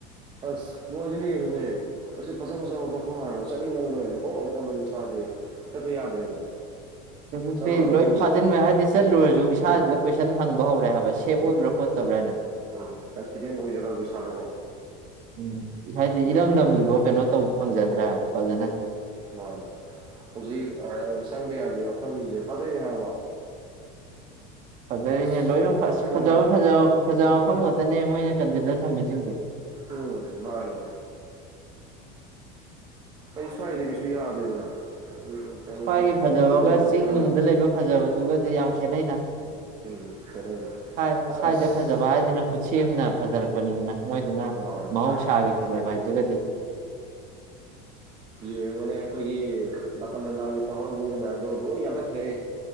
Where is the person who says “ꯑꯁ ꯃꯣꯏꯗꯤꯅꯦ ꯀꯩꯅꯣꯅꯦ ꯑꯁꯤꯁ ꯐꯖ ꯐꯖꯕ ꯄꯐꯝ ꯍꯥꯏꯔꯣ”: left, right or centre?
Right